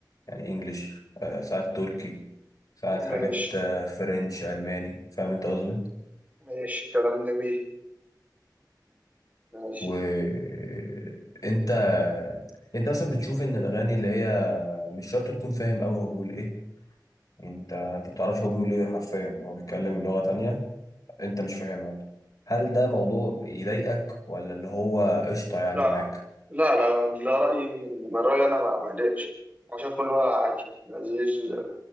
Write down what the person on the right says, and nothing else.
ماشي
ماشي كلام جميل ماشي
لا
لا لا ده رأيي من من رأيي انا ما ما اضايقش انا شايف كله عادي لذيذ